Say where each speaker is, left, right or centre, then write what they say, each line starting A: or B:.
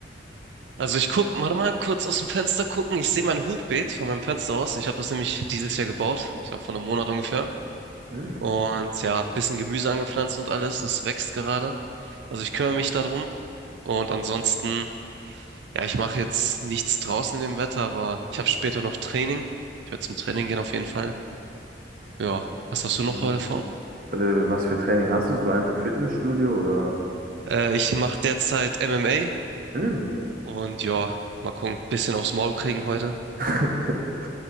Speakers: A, on the right; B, on the right.
A: Also ich guck, warte mal, kurz aus dem Fenster gucken. Ich sehe mein Hochbeet von meinem Fenster aus. Ich habe das nämlich dieses Jahr gebaut. Ich glaube vor einem Monat ungefähr.
B: Mhm.
A: Und ja, bisschen Gemüse angepflanzt und alles. Das wächst gerade. Also ich kümmere mich darum. Und ansonsten, ja, ich mache jetzt nichts draußen in dem Wetter, aber ich habe später noch Training. Ich werde zum Training gehen auf jeden Fall. Ja, was hast du noch
B: Mhm.
A: heute vor?
B: Äh, was für Training hast du? So einfach Fitnessstudio oder?
A: Äh, ich mache derzeit MMA.
B: Mhm.
A: Und ja, mal gucken. Bisschen aufs Maul kriegen heute.
B: <laughs>